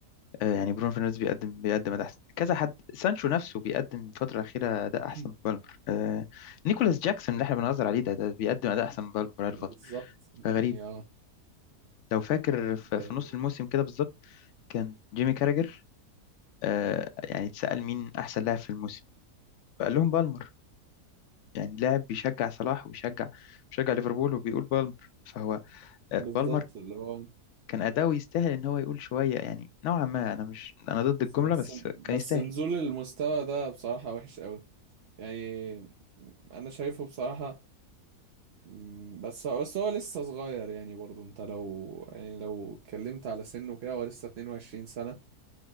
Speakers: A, on the left; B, on the right.
A: آه يعني برونو فرنانديز بيقدم بيقدم اداء احسن كذا حد سانشو نفسه بيقدم الفتره الاخيره اداء احسن
B: <clears throat>
A: من بالمر آه نيكولاس جاكسون اللي احنا بنهزر عليه ده, ده بيقدم اداء احسن من بالمر بقاله
B: بالظبط
A: فتره
B: يعني
A: فغريب
B: اه
A: لو فاكر في,
B: آه،
A: في نص الموسم كده بالظبط كان جيمي كاراجر آه يعني اتسأل مين أحسن لاعب في الموسم فقال لهم بالمر يعني لاعب بيشجع صلاح وبيشجع بيشجع ليفربول وبيقول بالمر فهو
B: بالظبط
A: آه، بالمر
B: اللي هو
A: كان أداؤه يستاهل إن هو يقول شوية يعني نوعا ما أنا مش أنا ضد الجملة
B: بس
A: بس
B: بس
A: كان يستاهل
B: نزول المستوى ده بصراحة وحش قوي يعني انا شايفه بصراحة مم، بس بس هو لسه صغير يعني برضو انت لو يعني لو اتكلمت على سنه كده هو لسه 22 سنة